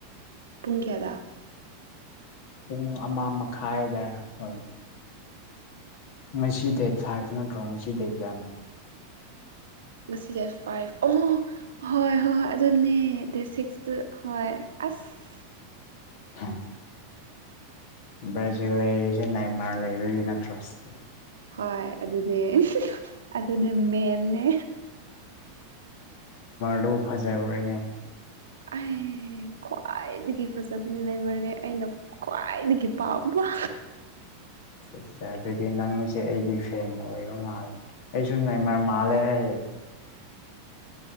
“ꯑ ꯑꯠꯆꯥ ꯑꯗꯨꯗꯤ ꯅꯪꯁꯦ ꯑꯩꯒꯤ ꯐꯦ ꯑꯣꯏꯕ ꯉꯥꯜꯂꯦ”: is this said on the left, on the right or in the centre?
Left